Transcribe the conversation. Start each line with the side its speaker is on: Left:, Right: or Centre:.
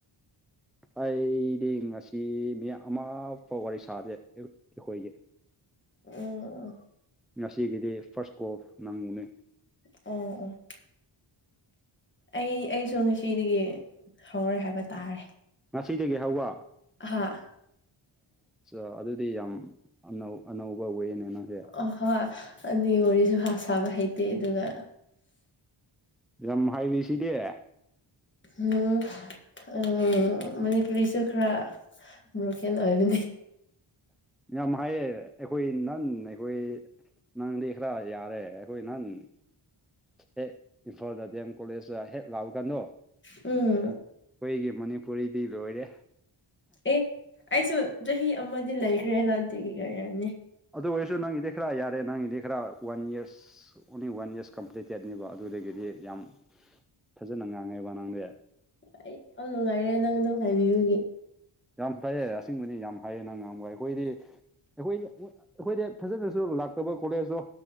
Centre: ꯑꯩꯗꯤ ꯉꯁꯤ ꯃꯤ ꯑꯃ ꯐꯥꯎ ꯋꯥꯔꯤ ꯁꯥꯗꯦ ꯑꯩꯈꯣꯏꯒꯤ
Left: ꯎꯝ
Centre: ꯉꯁꯤ ꯀꯩꯗꯦ ꯐꯥꯁꯀꯣ ꯅꯪꯃꯣꯅ
Left: ꯎꯝ ꯎꯝ ꯑꯩ ꯑꯩꯁꯨ ꯉꯁꯤꯗꯒꯤ ꯍꯧꯔꯦ ꯍꯥꯏꯕ ꯇꯥꯔꯦ
Centre: ꯉꯁꯤꯗꯒꯤ ꯍꯧꯋꯥ
Left: ꯍꯥꯥ
Centre: ꯑꯣ ꯑꯗꯨꯗꯤ ꯌꯥꯝ ꯑꯅꯧ ꯑꯅꯧꯕ ꯋꯦꯅꯦ ꯅꯪꯁꯦ
Left: ꯑꯍꯣꯏ ꯑꯅꯤ ꯋꯥꯔꯤꯁꯨ ꯍꯥ ꯁꯥꯕ ꯍꯩꯇꯦ ꯑꯗꯨꯒ
Centre: ꯌꯥꯝ ꯍꯥꯏꯔꯤꯁꯤꯗꯤ
Left: ꯎꯝ ꯑ ꯃꯅꯤ ꯇꯔꯤꯁꯨ ꯈꯔ ꯭ꯔꯀꯦꯅꯣꯏꯕꯨ
Centre: ꯌꯥꯝ ꯍꯥꯏꯌꯦ ꯑꯩꯈꯣꯏ ꯅꯍꯥꯟ ꯑꯩꯈꯣꯏ ꯅꯪꯗꯤ ꯈꯔ ꯌꯥꯔꯦ ꯑꯩꯈꯣꯏ ꯅꯍꯪ ꯍꯦꯛ ꯏꯝꯐꯥꯜꯗ ꯗꯤ ꯑꯦꯝ ꯀꯣꯂꯦꯖꯇ ꯍꯦꯛ ꯂꯥꯛꯑꯣ ꯀꯥꯟꯗꯣ
Left: ꯎ
Centre: ꯑꯩꯈꯣꯏꯒꯤ ꯃꯅꯤꯄꯨꯔꯤꯗꯤ ꯂꯣꯏꯔꯦ
Left: ꯑꯦ ꯑꯩꯁꯨ ꯆꯍꯤ ꯑꯃꯗꯤ ꯂꯩꯈ꯭ꯔꯦ ꯥꯟꯇꯤꯒꯤ ꯀ ꯍꯥꯏꯅꯤ
Centre: ꯑꯗꯨ ꯑꯣꯏꯔꯁꯨ ꯅꯪꯒꯤꯗꯤ ꯈꯔ ꯌꯥꯔꯦ ꯅꯪꯒꯤꯗꯤ ꯈꯔ ꯋꯥꯟ ꯌꯔꯁ ꯑꯁ ꯑꯣꯡꯂꯤ ꯋꯥꯟ ꯌꯔꯁ ꯀꯝꯄ꯭ꯂꯤꯇꯦꯠꯅꯦꯕ ꯑꯗꯨꯗꯒꯤꯗꯤ ꯌꯥꯝ ꯐꯖꯅ ꯉꯥꯡꯉꯦꯕ ꯅꯪꯁꯦ
Left: ꯑꯩ ꯌꯥꯝ ꯅꯨꯡꯉꯥꯏꯔꯦ ꯅꯪ ꯑꯗꯨꯝ ꯍꯥꯏꯕꯤꯕꯒꯤ
Centre: ꯌꯥꯝ ꯐꯩꯌꯦ ꯑꯁꯤꯡꯕꯅꯤ ꯌꯥꯝ ꯐꯩꯌꯦ ꯅꯪ ꯉꯥꯡꯕ ꯑꯩꯈꯣꯏꯗꯤ ꯑꯩꯈꯣꯏ ꯑꯩꯈꯣꯏꯗꯤ ꯐꯖꯅꯁꯨ ꯂꯥꯛꯇꯕ ꯀꯣꯂꯦꯖꯇꯣ